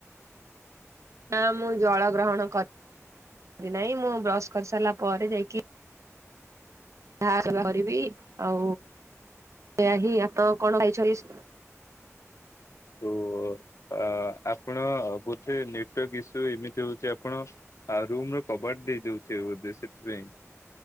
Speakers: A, on the right; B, on the left.
A: ନା ମୁଁ ଜଳ ଗ୍ରହଣ କରେ ରେ ନାଇଁ ମୁଁ ବ୍ରସ୍ କରିସାରିଲା ପରେ ଯାଇକି ଯାହା <unintelligible> କରିବି ଆଉ ଏଆ ହିଁ ଆପଣ କଣ ଖାଇଛନ୍ତି?
B: ତ ଆ ଆପଣ ବୋଧେ ନେଟୱାର୍କ ଇସୁ ଏମିତି ହଉଛି ଆପଣ ଆ ରୁମ ର କବାଟ ଦେଇ ଦେଇଥୁବେ ବୋଧେ ସେଥି ପାଇଁ